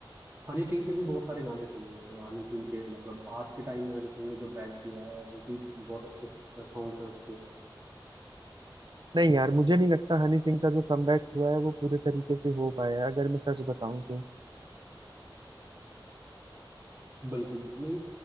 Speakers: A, on the right; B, on the right.
A: हनी सिंह के भी बहुत सारे गाने सुने हैं हनी सिंह के मतलब आज के टाइम में हनी सिंह ने जो बैक किया है वो भी बहुत अच्छे सॉन्ग्स हैं उसके
B: नहीं यार मुझे नहीं लगता हनी सिंह का जो कमबैक हुआ है वो पूरे तरीके से हो पाया है अगर मैं सच बताऊं तो।
A: बिल्कुल बिल्कुल नहीं